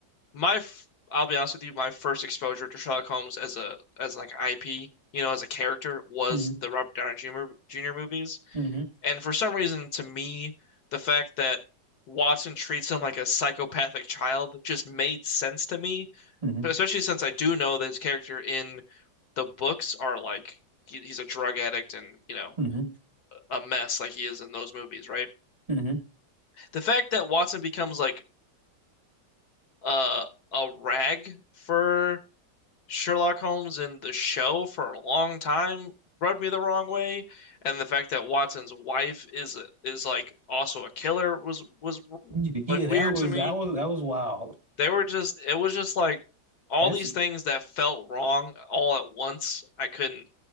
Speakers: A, on the left (about 65°); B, on the right (about 20°).
A: my f I'll be honest with you, my first exposure to Sherlock Holmes as a as like IP, you know, as a character was
B: Mm-hmm.
A: the Robert Downey Jr. Jr. movies,
B: Mm-hmm.
A: and for some reason, to me, the fact that Watson treats him like a psychopathic child just made sense to me,
B: hmm
A: but especially since I do know that his character in the books are like he, he's a drug addict and you know
B: hmm
A: a mess like he is in those movies, right?
B: mhm.
A: The fact that Watson becomes like uh a rag for Sherlock Holmes in the show for a long time rubbed me the wrong way, and the fact that Watson's wife is is like also a killer was was
B: Yeah,
A: like weird
B: that was
A: to me.
B: that was that was wild.
A: They were just it was just like all
B: That's
A: these things that felt wrong all at once. I couldn't